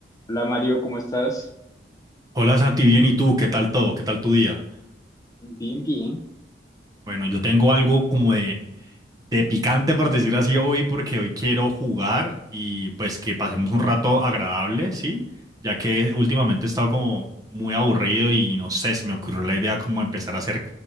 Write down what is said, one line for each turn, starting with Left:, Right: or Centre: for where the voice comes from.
Left: Hola Mario, ¿cómo estás?
Right: Hola Santi, bien, ¿y tú? ¿Qué tal todo? ¿Qué tal tu día?
Left: Bien, bien.
Right: Bueno, yo tengo algo como de, de picante, por decir así, hoy, porque hoy quiero jugar y pues que pasemos un rato agradable, ¿sí? Ya que últimamente he estado como muy aburrido y no sé, se me ocurrió la idea como empezar a hacer